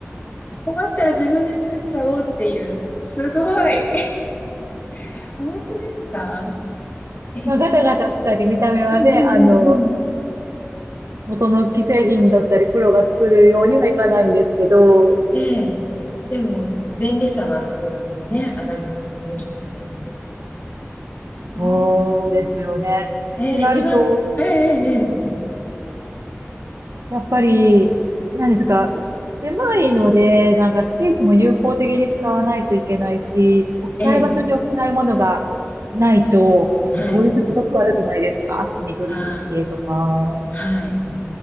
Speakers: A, on the left; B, on the right.
A: 困ったら自分で作っちゃおうっていう。すごい。<laughs> 本当ですかえ、
B: まあ、ガタガタしたり、見た目はね、
A: うんうんうんうん。
B: あの、元の既製品だったり、プロが作るようにはいかないんですけど、
A: ええ。でも、便利さは格段とね、上がりますよね、きっとね。
B: そうですよね。
A: ええええ一番、
B: ってなると、
A: えええ
B: やっぱり、何ですか、狭いので、なんかスペースも有効的に使わないといけないし、置きたい場所に置けないものがないと、
A: えええええ
B: あの効率すごく悪くないですかあっちに取りに行ってとか、
A: はい。ああ、はい。